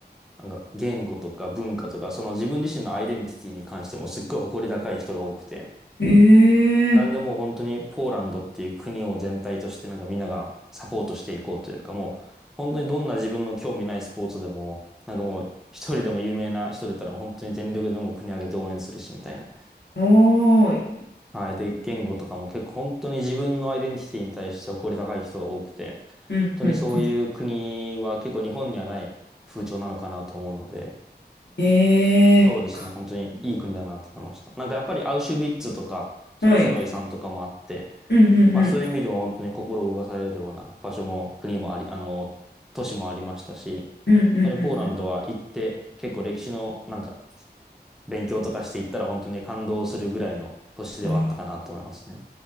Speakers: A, in the centre; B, on the left (about 85°).
A: なんか言語とか文化とか、その自分自身のアイデンティティに関してもすっごい誇り高い人が多くて、
B: うん。ええー。
A: なんでもう本当にポーランドっていう国を全体としてなんかみんながサポートしていこうというかもう本当にどんな自分の興味ないスポーツでもなんかもう一人でも有名な人出たらもう本当に全力でもう国挙げて応援するしみたいな。
B: <laughs> はおーい。
A: はい。で、言語とかも結構本当に自分のアイデンティティに対して誇り高い人が多くて、本当にそういう国は結構日本にはない風潮なのかなと思うので、
B: うんうんええ
A: そうですね。本当にいい国だなと思いました。なんかやっぱりアウシュビッツとか、その負の遺産とかもあって、
B: ー。はい。うんうんうん。
A: まあそういう意味でも本当に心動かされるような場所も国もあり、あの、都市もありましたし、
B: うんうんうんうん。
A: 本当にポーランドは行って結構歴史のなんか勉強とかしていったら本当に感動するぐらいの都市ではあったかなと思いますね。
B: うん